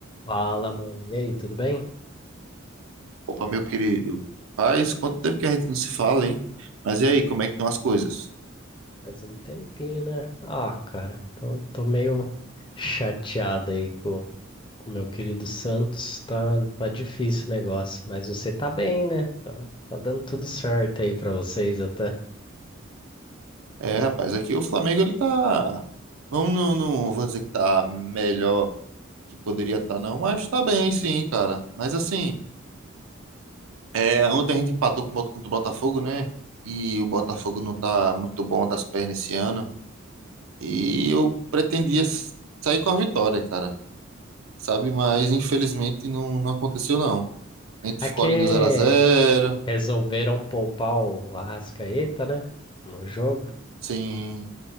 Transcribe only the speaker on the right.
Opa, meu querido. Faz quanto tempo que a gente não se fala, hein? Mas e aí, como é que estão as coisas?
É, rapaz, aqui o Flamengo ele tá. Vamos, não, não vou dizer que tá melhor que poderia estar, não, mas tá bem, sim, cara. Mas assim, é, ontem a gente empatou com o Bot- contra o Botafogo, né? E o Botafogo não tá muito bom das pernas esse ano. E eu pretendia s- sair com a vitória, cara. Sabe? Mas infelizmente não, não aconteceu, não. A gente
ficou
ali no zero a zero,
sem.